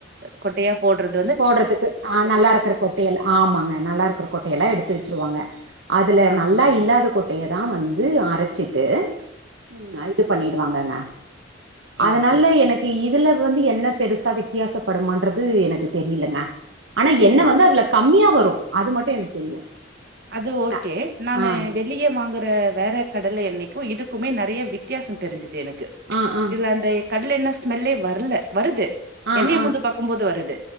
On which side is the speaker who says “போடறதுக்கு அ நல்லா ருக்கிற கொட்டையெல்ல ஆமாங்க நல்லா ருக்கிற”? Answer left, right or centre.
Right